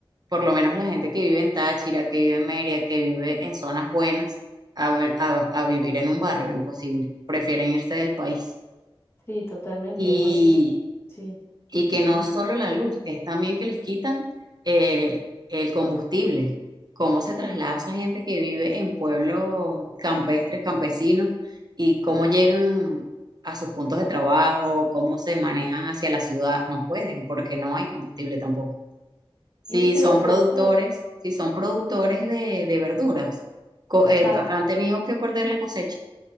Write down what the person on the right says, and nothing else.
Por lo menos la gente que vive en Táchira, que vive en Mérida, que vive en zonas buenas, a, ver- a a vivir en un barrio, imposible. Prefieren irse del país.
Y,
y que
no
es solo la luz, es también que les quitan eh, el combustible. Cómo se traslada esa gente que vive en pueblos campestres, campesinos, y cómo llegan a sus puntos de trabajo, cómo se manejan hacia la ciudad. No pueden, porque no hay combustible tampoco. Si
son
productores, si son productores de, de verduras, co- eh,
han tenido que perder la cosecha.